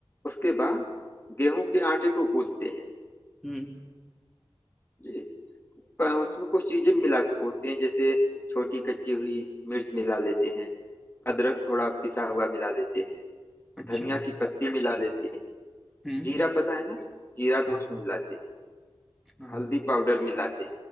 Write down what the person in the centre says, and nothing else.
हम्म
अच्छा
हम्म
हाँ
हाँ
हाँ